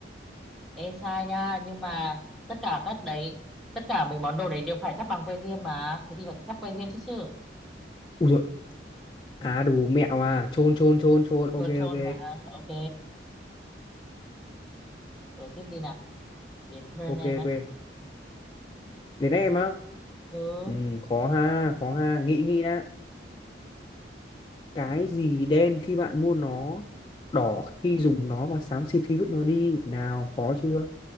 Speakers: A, in the centre; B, on the left (about 25°).
A: ê sai nha, nhưng mà tất cả các đấy, tất cả mấy món đồ đấy đều phải thắp bằng que diêm mà. Thế thì phải thắp que diêm chứ chứ.
B: Ui rồi à đủ mẹo à, chôn chôn chôn chôn, ok
A: Chôn chôn
B: ok.
A: mà. Ok, rồi tiếp đi nào. Đến Pearl
B: Ok
A: em ạ.
B: ok,
A: Ừ.
B: đến em á.
A: ừ,
B: Ừ, khó ha, khó ha, nghĩ nghĩ đã. Cái gì đen khi bạn mua nó, đỏ khi dùng nó và xám xịt khi vứt nó đi. Nào, khó chưa?